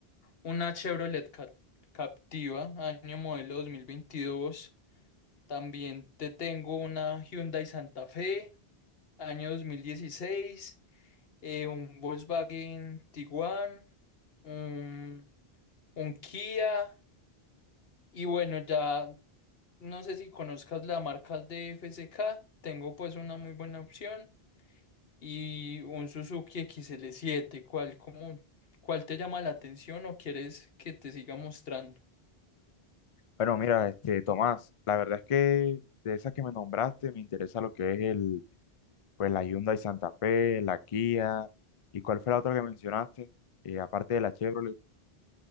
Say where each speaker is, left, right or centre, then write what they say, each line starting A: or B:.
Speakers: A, on the left (about 65°); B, on the left (about 45°).
A: Una Chevrolet Cap- Captiva, año modelo dos mil veintidós También te tengo una Hyundai Santa Fe, año 2016. eh, un Volkswagen Tiguan, un, un Kia. Y bueno, ya no sé si conozcas la marca de F C K Tengo pues una muy buena opción. Y un Suzuki X L siete ¿Cuál, cómo- cuál te llama la atención o quieres que te siga mostrando?
B: Bueno, mira, este, Tomás, la verdad es que de esas que me nombraste, me interesa lo que es el, pues la Hyundai Santa Fe, la Kia, ¿y cuál fue la otra que mencionaste? Eh, aparte de la Chevrolet.